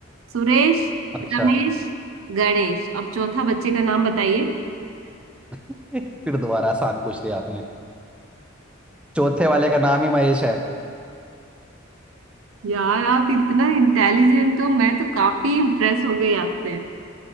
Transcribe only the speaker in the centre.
अच्छा
<laughs> फिर दोबारा आसान पूछ लिया आपने चौथे वाले का नाम ही महेश है